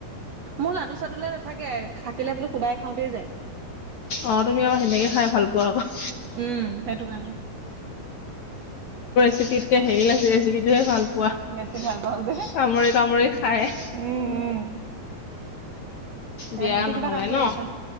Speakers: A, on the right; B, on the left.
A: মোৰ লাডু চাডুলৈ নাথাকে থাকিলে বোলো সুদায়ে খাওঁতেই যায়।
B: অ তুমি আৰু সেনেকে খাই ভাল পোৱা আকৌ।
A: উম সেইটো কাৰণে।
B: চিপিত কে হেৰি ৰেপিটোহে ভাল- উৱাহ
A: বেছি ভাল পাওঁ যে
B: কামৰি কামৰি খাই।
A: উম উম
B: দিয়া
A: আহ, এতিয়া
B: নহলে
A: কিবা কাম কৰি
B: ন
A: আছা